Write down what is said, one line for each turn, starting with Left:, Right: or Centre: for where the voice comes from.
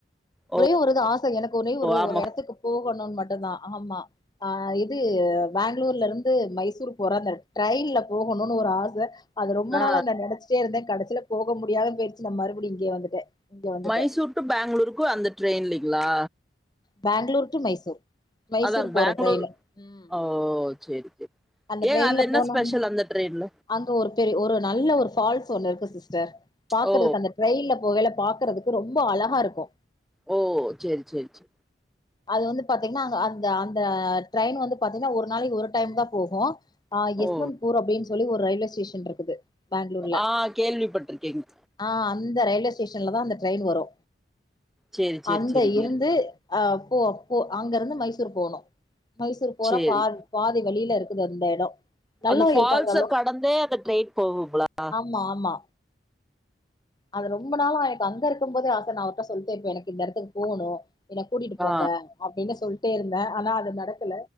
Centre: ஓ
Left: ஒரே ஒரு இது ஆச எனக்கு ஒரே ஒரு
Centre: ஆமா
Left: ஒரு எடத்துக்கு போகணுன் மட்டுந்தா ஆமா ஆ இது பேங்ளூர்லருந் து மைசூர் போற அந்த ட்ரெயின்ல போகணுனு ஒரு ஆச அது ரொம்ப
Centre: ஆ
Left: நாளா இந்த நெனச்சி ட்டே இருந்த கடைசில போக முடியாத போயிருச்சு நா மறுபடி இங்கே வந்துட்டே இங்க வந்துட்டே
Centre: மைசூர் டு பேங்ளூருக்கு அந்த ட்ரெயின்ல்லிங்ளா
Left: பேங்ளூர் டு மைசூர் மைசூர்
Centre: அதா பேங்களூரு
Left: போற ட்ரெயினு
Centre: -
Left: ம்
Centre: ஓ சேரி -சேரி
Left: அந்த
Centre: ஏங்க
Left: ட்ரெயின்ல
Centre: அது என்ன
Left: போனோம்னா
Centre: ஸ்பெஷல் அந்த ட்ரெயின்ல
Left: அங்க ஒரு பெரி ஒரு நல்ல அங்க ஒரு ஃபால்ஸ் ஒன்னு இருக்கு சிஸ்டர் பாக்கறதுக்கு
Centre: ஓ
Left: அந்த ரயில்ல போகையில பாக்கறதுக்கு ரொம்ப அழகாருக்கு
Centre: ஓ சேரி சேரி சே
Left: அது வந்து பாத்தீங்னா அங்க அந்த அந்த ட்ரெயின் வந்து பாத்தீங்னா ஒரு நாளைக்கு ஒரு டைம்தா போகு ஆ எஸ்மந்த்பூர்
Centre: ஓ
Left: அப்டின் சொல்லி ஒரு ரயில்வே ஸ்டேஷன் ட்ருக்குது பேங்ளூர்ல
Centre: ஆ கேள்விப்பட்டிருக்கேங்க
Left: ஆ அந்த ரயில்வேஸ் ஸ்டேஷன்லதா அந்த ட்ரெயின் வரு
Centre: சேரி சேரி
Left: அந்த
Centre: சேரிங்க
Left: இருந் து அ போ போ அங்கருந்து மைசூர் போனு மைசூர் போறப்
Centre: சேரி
Left: பால் பாதி வழில இருக்குது அந்த எடோ நல்லா
Centre: அந்த ஃபால்ஸ
Left: இருக்கு அந்த
Centre: கடந்தே அந்த ட்ரெயின் போகுங்ளா
Left: மா மா அது ரொம்ப நாளா எனக்கு அங்க இருக்கும் போதே ஆச நா அவர்ட்ட சொல்ட்டே இப்பே எனக்கு இந்த எடத்துக்கு போவுணு என்ன கூட்டிட்டு போங்க
Centre: ஆ
Left: அப்டினு சொல்ட்டே இருந்தே ஆனா அது நடக்கல